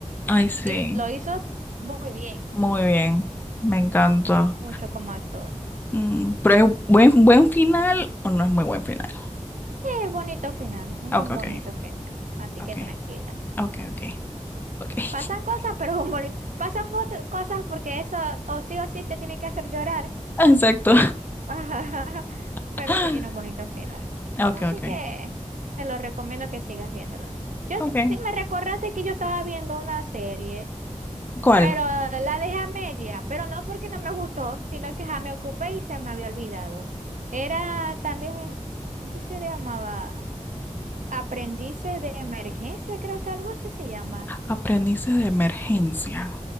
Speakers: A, on the left (about 15°); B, on the right (about 85°).
A: Ay, sí.
B: y, y lo hizo muy bien,
A: Muy bien. Me encanta.
B: mucho como actuó.
A: Mm, pero es buen, buen final o no es muy buen final.
B: Sí, es bonito final, es
A: Ok,
B: un
A: ok,
B: bonito final. Así
A: ok,
B: que tranquila.
A: ok, ok, ok. <laughs>
B: Pasan cosas, pero <laughs> es un bonito. Pasan foto- cosas porque eso o sí o sí te tiene que hacer llorar.
A: Exacto.
B: <laughs>
A: <laughs>
B: Pero sí tiene un bonito final.
A: Ok,
B: Así
A: ok.
B: que te lo recomiendo que sigas viéndolo. Yo
A: Ok.
B: sí me recordaste que yo estaba viendo una serie,
A: ¿Cuál?
B: pero la dejé a media, pero no porque no me gustó, sino que ya me ocupé y se me había olvidado. Era también, ¿cómo que se llamaba? Aprendices de emergencia, creo que algo así se llama.
A: Aprendices de emergencia.